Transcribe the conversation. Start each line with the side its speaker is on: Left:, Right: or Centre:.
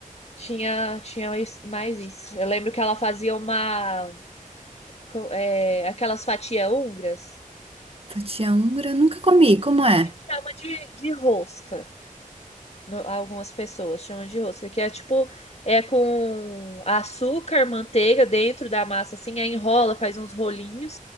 Left: tinha, tinha isso- mais isso. Eu lembro que ela fazia uma co- é, aquelas fatias húngaras,
Right: Fatia húngara, nunca comi. Como é?
Left: chama de, de rosca. no- algumas pessoas chamam de rosca, que é tipo, é com açúcar, manteiga dentro da massa, assim, aí enrola, faz uns rolinhos,